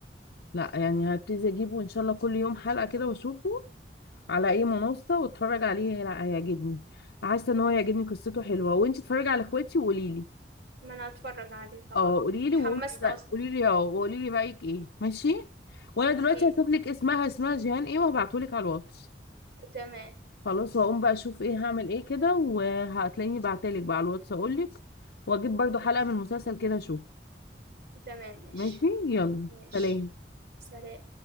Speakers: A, on the left; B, on the right.
A: لا يعني هبتدي اجيبه ان شاء الله كل يوم حلقه كده واشوفه على اي منصة واتفرج عليه هي- هيعجبني حاسة ان هو هيعجبني قصته حلوة وانتي اتفرجي على اخواتي وقولي لي
B: ما انا اتفرج عليه طبعا
A: اه قولي
B: اتحمست
A: لي وقولي لي بقى
B: اصلا
A: قولي لي اه وقولي لي رأيك ايه ماشي وانا دلوقتي
B: اكيد
A: هشوف لك اسمها اسمها جيهان ايه وهبعتهولك على الواتس
B: تمام
A: خلاص وهقوم بقى اشوف ايه هعمل ايه كده وهتلاقيني بعتلك بقى على الواتس اقولك واجيب برضو حلقة من المسلسل كده اشوف
B: تمام ماشي
A: ماشي يلا
B: ماشي
A: سلام
B: سلام